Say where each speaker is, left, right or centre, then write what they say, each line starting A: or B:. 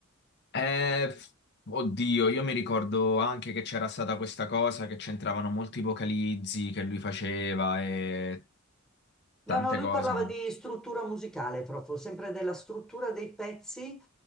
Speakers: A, on the left; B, in the centre.
A: Eh, f- oddio, io mi ricordo anche che c'era stata questa cosa che c'entravano molti vocalizzi che lui faceva e tante
B: No, no, lui
A: cose.
B: parlava di struttura musicale proprio, sempre della struttura dei pezzi